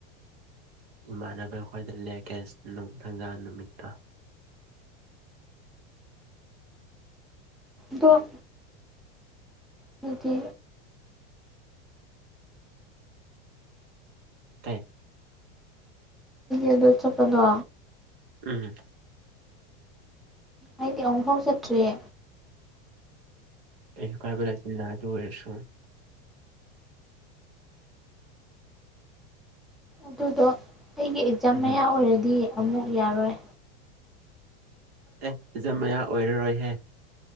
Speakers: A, on the right; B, in the centre.
A: ꯏꯃꯥꯟꯅꯕ ꯑꯩꯈꯣꯏꯗ ꯂꯦꯛꯀꯦ ꯅꯨꯡꯊꯪꯖꯥ ꯅꯨꯃꯤꯠꯇ
B: ꯗꯣ ꯍꯥꯏꯗꯤ
A: ꯇꯥꯏ
B: ꯑꯗꯨ ꯆꯠꯄꯗꯣ
A: ꯎꯝ
B: ꯍꯥꯏꯗꯤ ꯑꯃꯨꯐꯥꯎ ꯆꯠꯇ꯭ꯔꯤꯌꯦ
A: ꯑꯩꯁꯨ ꯀꯥꯏꯕ ꯂꯩꯁꯤ ꯅꯥꯗ ꯑꯣꯏꯔꯁꯨ
B: ꯑꯗꯨꯗꯣ ꯑꯩꯒꯤ ꯑꯦꯛꯖꯥꯝ
A: ꯎꯝ
B: ꯃꯌꯥ ꯑꯣꯏꯔꯗꯤ ꯑꯃꯨꯛ ꯌꯥꯔꯣꯏ
A: ꯑꯦ ꯑꯦꯖꯝ ꯃꯌꯥ ꯑꯣꯏꯔꯔꯣꯏꯍꯦ